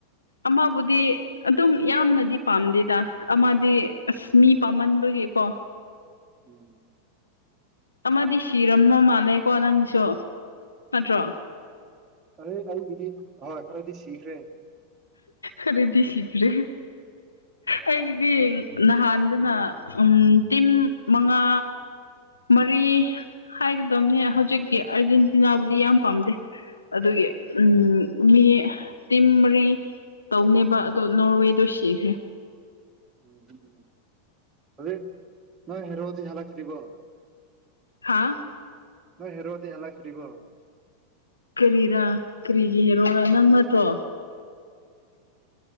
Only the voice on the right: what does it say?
ꯎꯝ
ꯑ ꯑꯩꯒꯤꯗꯤ ꯍꯣꯏ ꯈꯔꯗꯤ ꯁꯤꯈ꯭ꯔꯦ
ꯎꯝ ꯑ ꯅꯣꯏ ꯍꯦꯔꯗꯤ ꯍꯥꯂ ꯊ ꯊꯔꯤꯕꯣ
ꯅꯣꯏ ꯍꯦꯔꯗꯤ ꯍꯂ ꯐꯔꯤꯕꯣ